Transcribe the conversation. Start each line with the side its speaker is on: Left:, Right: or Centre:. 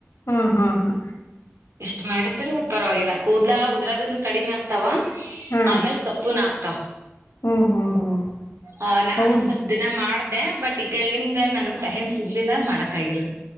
Left: ಹ್ಮ್ ಹ್ಮ ಹಾ
Right: ಈಷ್ಟ್ ಮಾಡುದ ಅಂದ್ರ ಪರವಾಗಿಲ್ಲ ಕೂದಲ ಉದರದನ್ನ ಕಡಿಮೆ ಆಗ್ತಾವ
Left: ಹಾ
Right: ಆಮೇಲ್ ಕಪ್ಪುನ್ ಹಾಕ್ತಾವ
Left: ಹ್ಮ್ ಹ್ಮ್ ಹ್ಮ್
Right: ಆ ನಾನು
Left: ಹೌದು
Right: ಸ್ವಲ್ಪ ದಿನ ಮಾಡ್ದ ಅ ಬಟ್ ಈಕಡೆಯಿಂದ ನನ್ಗ್ ಟೈಮ್ ಸಿಗ್ಲಿಲ್ಲ ಮಾಡಕ್ ಆಗಿಲ್ಲ